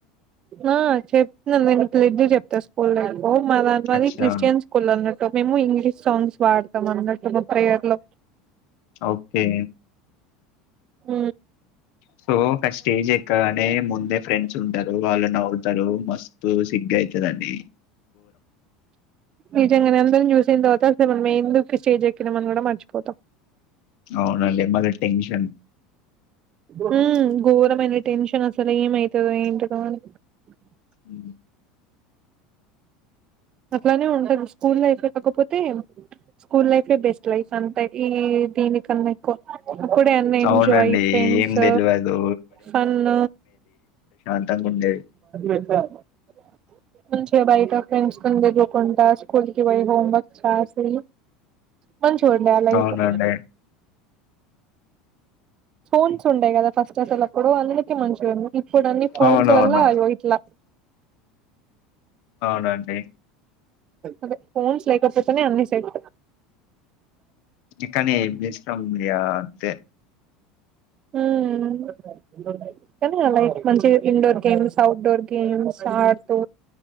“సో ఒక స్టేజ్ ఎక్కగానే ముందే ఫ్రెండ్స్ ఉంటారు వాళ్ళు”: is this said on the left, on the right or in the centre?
Left